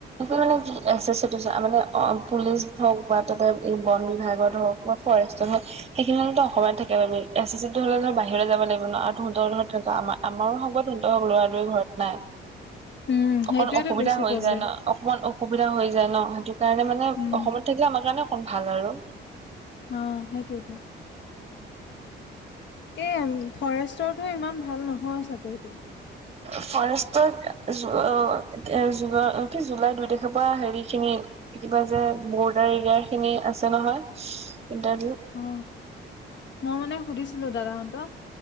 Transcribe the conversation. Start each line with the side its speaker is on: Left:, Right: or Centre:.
Right: মানে কি এ চে ছি টি, মানে অ পুলিচ হওক বা তাতে বন বিভাগত হওক- মই ফৰেষ্টত, হয়। সেইখিনি হলে অসমত থাকে আমি এ চে চি, হলে ধৰ বাহিৰলৈ যাব লাগিব ন আৰু তহঁতৰ ধৰ তক আমাৰ। আমাৰো হ'ব তহতৰ হক লৰা -লৰি ঘৰত নাই
Left: উম,
Right: অকন
Left: সেইটোৱেতো
Right: অসুবিধা
Left: বেছি
Right: হৈ
Left: প্ৰব্লেম।
Right: যায় ন। অকণমান অসুবিধা হৈ যায় ন সেইটো কাৰণে মানে
Left: উম,
Right: অসমত থাকিলে আমাৰ কাৰণে অকণ ভাল আৰু।
Left: অ সেইটোৱেটো। এই ফৰেষ্টটৰটো, ইমান ভাল নহয় চাকৰিটো।
Right: ফৰেষ্টত, অ এ জু কি জুলাই দুই তাৰিখৰ পৰা হেৰি এই খিনি কিবা যে বৰ্ডাৰ, এৰিয়াৰখিনি, আছে নহয় ইণ্টাৰভিউ।
Left: অ', মই মানে সুধিছিলো দাদাহঁতক